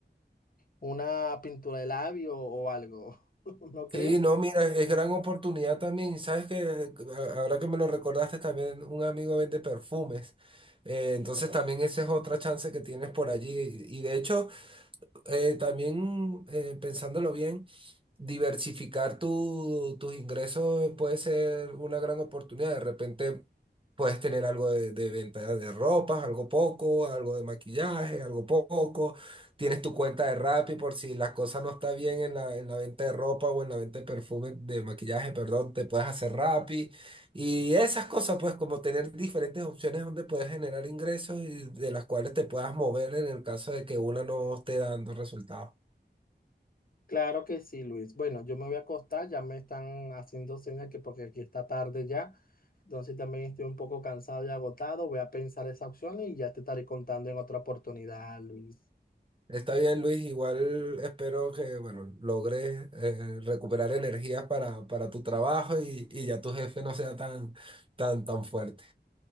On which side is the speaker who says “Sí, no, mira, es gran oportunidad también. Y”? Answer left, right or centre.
Right